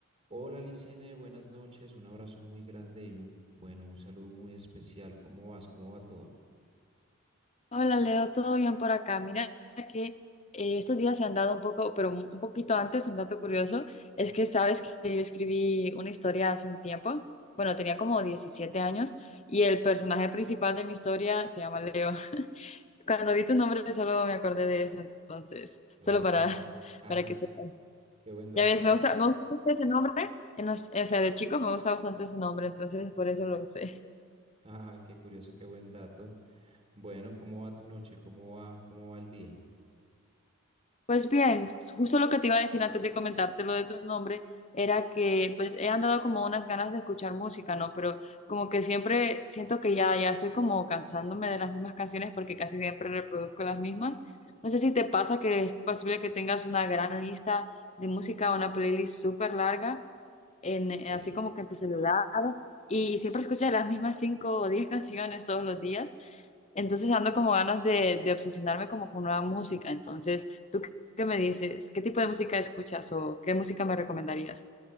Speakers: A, on the right (about 30°); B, on the left (about 35°).
A: Hola Licene, buenas noches, un abrazo muy grande y un, bueno, un saludo muy especial. ¿Cómo vas? ¿Cómo va todo?
B: Hola Leo, ¿todo bien por acá? Mira que eh, estos días se han dado un poco, pero un un poquito antes, un dato curioso, es que sabes que yo escribí una historia hace un tiempo, bueno, tenía como 17 años y el personaje principal de mi historia se llama Leo. <laughs> Cuando vi tu nombre solo me acordé de eso, entonces,
A: Ve,
B: solo para,
A: <laughs>
B: <laughs>
A: jaja,
B: para que sepas.
A: qué buen dato,
B: Ya ves,
A: qué,
B: me gusta, me gusta mucho ese nombre, en los- o sea, de chico me gusta bastante ese nombre, entonces por eso lo sé.
A: jaja, qué curioso, qué buen dato. Bueno, ¿cómo va tu noche? ¿Cómo va, cómo va el día?
B: Pues bien, justo lo que te iba a decir antes de comentarte lo de tu nombre era que pues he andado como unas ganas de escuchar música, ¿no? Pero como que siempre siento que ya, ya estoy como cansándome de las mismas canciones porque casi siempre reproduzco las mismas. No sé si te pasa que es posible que tengas una gran lista de música, una playlist súper larga, en,
A: Sí.
B: en- así como que en tu celular y, siempre escuchas las mismas cinco o diez canciones todos los días. Entonces ando como ganas de, de obsesionarme como con nueva música. Entonces, ¿tú qué qué me dices? ¿Qué tipo de música escuchas o qué música me recomendarías?